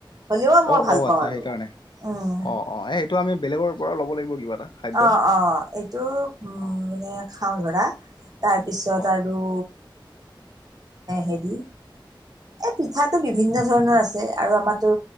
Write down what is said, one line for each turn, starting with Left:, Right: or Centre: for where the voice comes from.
Right: হ'লেও মই
Left: অ
Right: ভাল
Left: অ
Right: পাওঁ
Left: আচ্ছা
Right: আৰু
Left: সেইকাৰণে
Right: উম
Left: অ অ এই এইটো আমি বেলেগৰ পৰা ল'ব লাগিব কিবা এটা খাদ্য
Right: অ অ এইটো উ
Left: অ
Right: মানে খাওঁ ধৰা তাৰপিছত
Left: অ
Right: আৰু হেৰি এ পিঠাটো বিভিন্ন ধৰণৰ আছে আৰু আমাতো